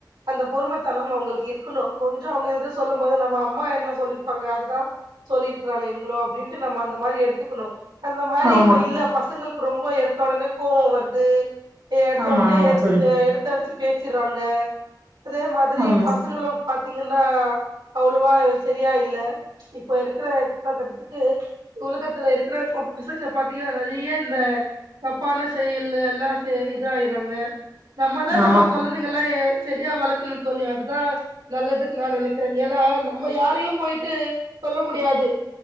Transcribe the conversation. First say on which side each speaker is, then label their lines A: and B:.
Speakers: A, on the right (about 80°); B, on the right (about 45°).
A: அந்த பொறுமத்தனம் அவங்களுக்கு இருக்கணும் கொஞ்சோ அவங்க எதோ சொல்லும் போது நம்ம அம்மா என்ன சொல்லியிருப்பாங்க அதுதான் சொல்லியிருக்காங்க இவங்களு அப்டின்ட்டு நம்ம அந்த மாரி எடுத்துக்கணும் அந்த மாரி
B: ஆமா
A: இப்ப இல்ல பசங்களுக்கு ரொம்ப எடுத்த உடனே கோவம் வருது எடுத்த
B: ஆமா
A: உடனே
B: ஆமா
A: எ
B: தோழி
A: எடுத்தடிச்சு பேசிடுறாங்க அதே மாதிரி
B: ஆமா
A: பசங்களும் பாத்தீங்கன்னா அவ்ளோவா செரியா இல்ல இப்ப இருக்கிற காலகட்டத்துக்கு உலகத்துல இருக்கிற இப்ப பசங்க பாத்தீங்கன்னா நறைய இந்த தப்பான செயல் எல்லாம் இதா ஆய்றாங்க நம்மதான்
B: ஆமா
A: நம்ம குழந்தைகள்லா செரியா வளர்க்கணும்னு தோழி அதுதான் நல்லதுன்னு நான் நினைக்கிறேன் ஏன்னா நம்ம யாரையும் போயிட்டு சொல்ல முடியாது